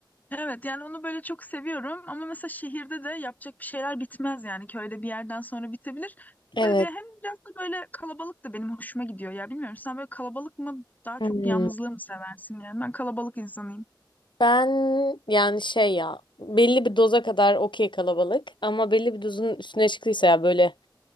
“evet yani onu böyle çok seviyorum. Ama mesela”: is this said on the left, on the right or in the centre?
Left